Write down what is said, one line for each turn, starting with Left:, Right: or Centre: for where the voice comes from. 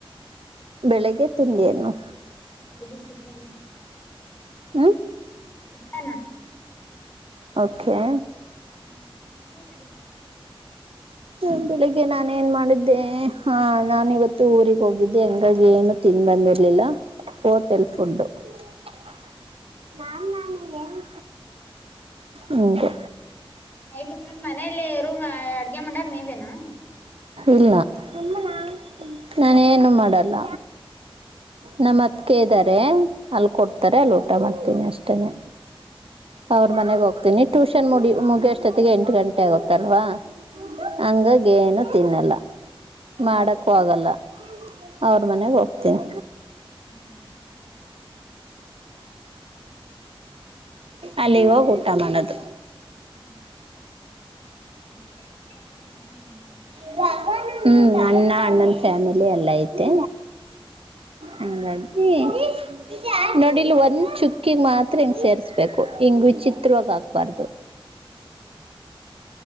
Right: ಬೆಳಿಗ್ಗೆ ತಿಂಡಿಏನು.
Left: ಬೆಳ್ಳಿಗ್ಗೆ <unintelligible>
Right: ಹ್ಮ್
Left: <unintelligible>
Right: ಓಕೆ
Left: ಹ್ಮ ನಿಮ್ದು ಬೆಳ್ಳಿಗ್ಗೆ.
Right: ಹ ಬೆಳಿಗ್ಗೆ ನಾನ ಏನ್ ಮಾಡಿದ್ದೆ ಹ ನಾನ್ ಇವತ್ತ ಊರ್ ಹೋಗಿದ್ದೆ ಹಂಗಾಗಿ ಏನು. ತಿಂದ್ ಬಂದಿರಲಿಲ್ಲ. Hotel food. <unintelligible> ಹಿಂಗೆ.
Left: ನೈಟ್ ಮಾಮ್ ಮನೇಲಿ ರೂಮ್ ಅಡ್ಗೆ ಮಾಡೋರು ನೀವೇನಾ.
Right: ಇಲ್ಲ. <unintelligible> ನಾನು ಏನು ಮಾಡಲ್ಲ. ನಮ್ ಹತ್ಗೆ ಇದಾರೆ. ಅಲ್ಲಿ ಕೊಡ್ತಾರೆ ಅಲ್ಲಿ ಊಟ ಮಾಡ್ತೀನಿ ಅಷ್ಟೇನೆ ಅವ್ರ ಮನೆಗೆ ಹೋಗ್ತೀನಿ. ಟ್ಯೂಷನ್ ಮುಡಿ ಮುಗಿಯೋಷ್ಟೊತ್ತಿಗೆ ಎಂಟು ಗಂಟೆ ಆಗುತ್ತಲ್ವಾ ಹಂಗಾಗಿ. ಏನೂ ತಿನ್ನಲ್ಲ ಮಾಡೋಕ್ಕೂ ಆಗಲ್ಲ ಅವ್ರ ಮನೆಗೆ ಹೋಗ್ತೀನಿ.
Left: ಹ ಮ <unintelligible>
Right: ಅಲ್ಲಿಗೋಗ ಊಟ ಮಾಡೋದು.
Left: ಹ್ಮ ಮತ್ತ ಮಣ್ಣನ <unintelligible>
Right: ಹ <unintelligible> ಹೂ ಅಣ್ಣ ಅಣ್ಣನ ಫ್ಯಾಮಿಲಿ ಎಲ್ಲ ಐತೆ ಹಂಗಾಗಿ. ಹೂ <unintelligible> ನೋಡಿಲ್ಲಿ ಒಂದ್ ಚುಕ್ಕಿಗೆ ಮಾತ್ರ ಹಿಂಗ್ ಸೇರ್ಸ್ಬೇಕು ಹಿಂಗ್ ವಿಚಿತ್ರವಾಗಿ ಹಾಕಬಾರದು.